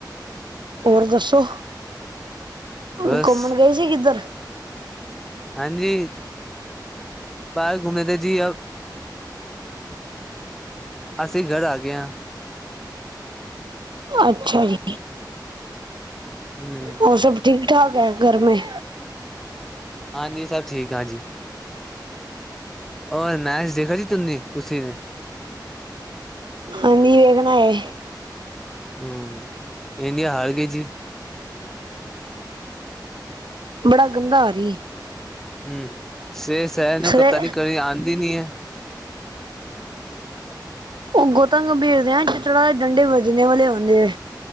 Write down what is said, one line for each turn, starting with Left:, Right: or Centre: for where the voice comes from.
Right: ਹੋਰ ਦੱਸੋ
Centre: ਬਸ
Right: ਘੁੰਮਣ ਗਏ ਸੀ ਕਿੱਧਰ?
Centre: ਹਾਂਜੀ, ਬਾਹਰ ਘੁੰਮੇ ਤਾਂ ਜੀ। ਅਸੀਂ ਘਰ ਆ ਗਏ ਆ,
Right: ਅੱਛਾ ਜੀ,
Centre: ਹੂੰ।
Right: ਹੋਰ ਸਭ ਠੀਕ ਠਾਕ ਹੈ ਘਰ ਮੇ?
Centre: ਹਾਂਜੀ ਸਭ ਠੀਕ ਹਾਂ ਜੀ। ਰ ਮੈਚ ਦੇਖ ਸੀ ਤੁਨੇ ਤੁਸੀਂ ਨੇ,
Right: ਹਾਂਜੀ ਵੇਖਣਾ ਏ,
Centre: ਹੂੰ, ਇੰਡੀਆ ਹਾਰ ਗਈ ਜੀ।
Right: ਬੜਾ ਗੰਦਾ ਹੋਰਿਆ,
Centre: ਹੂੰ, ਸ਼ੇਰ ਸਹਿਰ ਨੂੰ
Right: ਸਰੇ
Centre: ਕਪਤਾਾਨ ਕਰਨੀ ਆਦੀ ਨੀ ਹੈ।
Right: ਓਹ ਗੋਤਮ ਨੂੰ ਭੇਜਦੇ ਆ ਚਿਤੜਾਂ ਤੇ ਡੰਡੇ ਵਜਣੇ ਵਾਲੇ ਹੁੰਦੇ ਐ।